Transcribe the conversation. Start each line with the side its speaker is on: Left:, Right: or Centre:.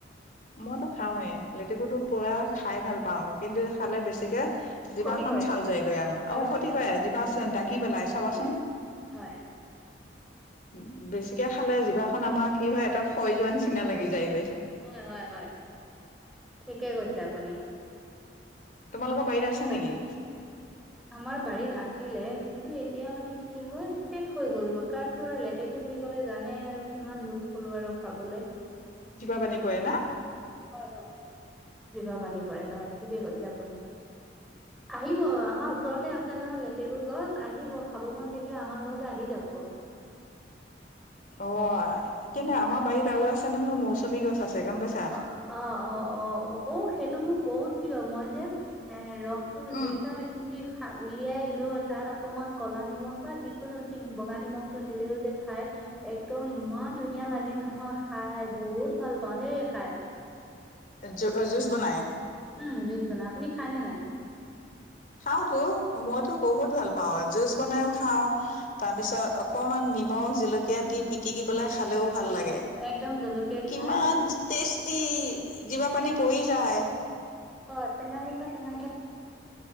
Left: মইতো খাওঁৱে, লেটুকুটো পুৰা খাই ভাল পাওঁ কিন্তু খালে বেছিকে জিভাখনন
Centre: খতি কৰে
Left: চাল যায়গৈ আমাৰ,
Centre: আৰু
Left: অ' ক্ষতি কৰে জিভাত ডাকি পেলাইছ চাবাচোন।
Centre: কি কৰে হয়
Left: উম, উম। বেছিকে খালে জিভাখন আমাৰ কি হয় এটা ফয় যোৱাৰ নিচিনা লাগি যায়গৈ।
Centre: হয়, হয়, হয়। ঠিকে কৈছে আপুনি।
Left: তোমালোকৰ বাৰীত আছা
Centre: তাক
Left: নেকি?
Centre: <unintelligible> আমাৰ বাৰীত আছিলে কিন্তু এতিয়া মানে কি হ'ল শেষ হৈ গ'লগৈ কাৰণটো আৰু লেতেকু কো বুলি ক'লে জানে আৰু কিমান লোভ কৰো আৰু খাবলৈ।
Left: জিবাৰ পানী পৰে না।
Centre: হয় হয়, জিভা পানী পৰে হয় ঠিকে কৈছে আপুনি। আহিব আমাৰ ওচৰতে আছে নহয় লেতেকুৰ গছ, আহিব খাব মন থাকিলে আমাৰ ঘৰলৈ আহি যাব।
Left: অ' যেনে আমাৰ বাৰীত আৰু আছে নহয় মৌচুমী গছ আছে গম পাইছা।
Centre: অ অ', অ', অ', অ', অ' সেইটো মোক বহুত প্ৰিয় মই যে এ ৰসটো
Left: উম
Centre: জুচ চোৱাৰ মে পিণ্ডি সা, উলিয়াই লৈ তাত অকমান ক'লা নিমখ বা যিকোনো চিং বগা নিমখ সেইটো দিলেও যে খাই একদম ইমান ধুনীয়া লাগে নহয় খাই, বহুত ভাল পাওঁ দেই খাই।
Left: এ জু-জুচ বনায়।
Centre: উম জুচ বনায়, আপুনি খাইনে নাই।
Left: খাওঁতো, মইতো বহুত ভাল পাওঁ, জুচ বনাইও খাওঁ, তাৰ পিছত অকমান নিমখ জলকীয়া দি পিটিকি পেলাই খালেও ভাল লাগে।
Centre: একদম জলকীয়া দি
Left: কিমান
Centre: হয়নে
Left: টেষ্টি জিভা পানী পৰি যায়।
Centre: হয়। টেঙা মিঠা, টেঙা মিঠা